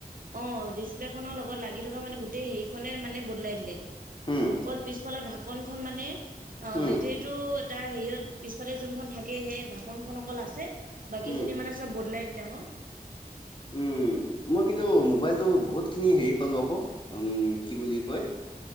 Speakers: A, on the right; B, on the left.
A: অ ডিচপ্লে খনৰ লগত লাগি থকা মানে গোটেই হেৰি খনে মানে বদলাই দিলে <unintelligible>
B: উম,
A: অকল পিছফালৰ ঢাকনখন মানে অ
B: উম,
A: বেটৰীটো তাৰ হেৰিয়ত পিছফালে যোনখন থাকে সেই ঢাকনখন অকল আছে বাকী
B: উম,
A: খিনি মানে চব বদলাই দিলে আকৌ
B: উম মই কিন্তু মোবাইলতটো বহুতখিনি হেৰি পালো আকৌ উ কি বুলি কয়